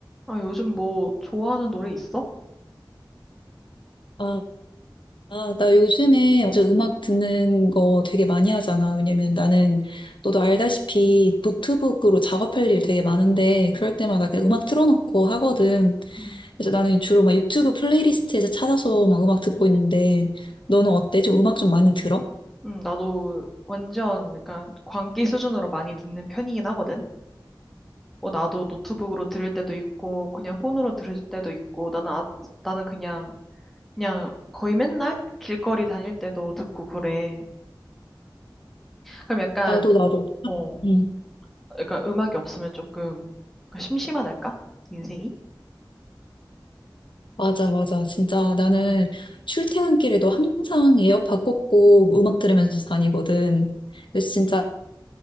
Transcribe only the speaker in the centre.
아, 요즘 뭐 좋아하는 노래 있어?
응,
응, 나도 완전 약간 광기 수준으로 많이 듣는 편이긴 하거든. 뭐 나도 노트북으로 들을 때도 있고 그냥 폰으로 들을 때도 있고 나는 아, 나는 그냥 그냥 거의 맨날 길거리 다닐 때도 듣고 그래. 그럼 약간
어,
약간 음악이 없으면 조금 심심하달까? 인생이?